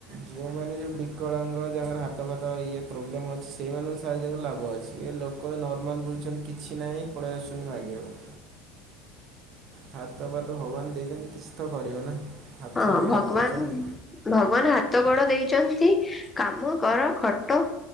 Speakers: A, on the right; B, on the left.
A: ଯୋଉମାନେ ଯୋଉ ବି କଳାଙ୍ଗ ଯାହାର ହାତ ଫାତ ଇଏ ପ୍ରୋବ୍ଲେମ୍ ଅଛି। ସେଇମାନଙ୍କୁ ସାହାଯ୍ୟ କଲେ ଲାଭ ଅଛି। ଏ ଲୋ କ ନର୍ମାଲ ବୁଲୁଚନ୍ତି କିଛି ନାହିଁ ପଳେଇ ଆସୁଚନ୍ତି ମାଗିବାକୁ। ହାତ ଫାତ ଭଗବାନ ଦେଇଚନ୍ତି କିଛି ତ କରିବ ନା। ହାତ
B: ହଁ
A: ଗୋଡ଼
B: ଭଗବାନ
A: ଦେଇଛନ୍ତି
B: ଭଗବାନ ହାତ ଗୋଡ ଦେଇଚନ୍ତି। କାମ କର ଖଟ।